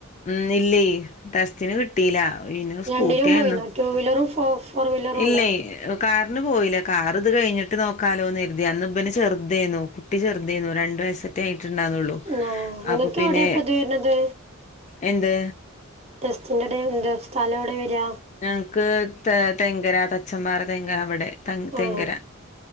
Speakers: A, on the left (about 35°); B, on the right (about 30°).
A: ഉം ഇല്ലേ ടെ സ്റ്റിന് കിട്ടീല ഇന സ്കൂട്ടിയായിരുന്നു
B: രണ്ടിനും പോയിന്നോ ടു വീലറും ഫോ ഫോർ വീലറും
A: ഇല്ലേ
B: ഉണ്ടോ
A: കാറിന് പോയില്ലേ കാർ ഇത് കഴിഞ്ഞിട്ട് നോക്കാലോന്ന് കരുതി അന്ന് പ്പന് ചെറുതായിനു കുട്ടി ചെറുതായിനു രണ്ട് വയസ്സെ ആയിട്ടുണ്ടന്നുള്ളു
B: ആ നിങ്ങൾക്ക്
A: അപ്പൊ പിന്നെ
B: എവിടെയാ ഇപ്പ ഇത് വരുന്നത്
A: എന്ത്
B: ടെസ്റ്റിന്റെ ടെ എന്താ സ്ഥലം എവിടെ വര്യ
A: ഞങ്ങക്ക് ത തെങ്കര തച്ചമ്പാറ തെങ്കര അവിടെ ത തെങ്കര
B: ആ